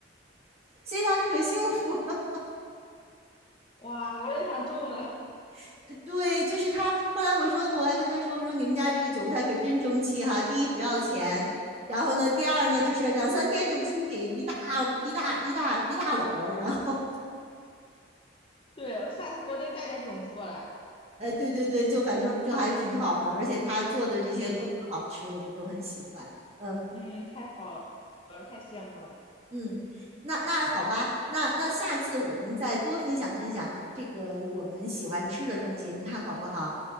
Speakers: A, on the right; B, on the left.
A: 所以它可幸福了。
B: 哇，我也想种了。<laughs>
A: <laughs> 对，就是他。后来我说，我还跟他说，我说你们家这个韭菜可真争气哈。第一不要钱，然后呢，第二呢就是两三天就出品一大一大一大一大篓，
B: 嗯
A: 然后
B: 对，我下次国内带点种子过来。
A: 哎，对对对，就反正就还挺好的，而且他做的这些都很好吃，
B: 嗯
A: 我们都很喜欢。嗯
B: 嗯，太好了，太羡慕了。
A: 嗯，那那好吧，那那下次我们再多分享分享这个我们喜欢吃的东西，你看好不好？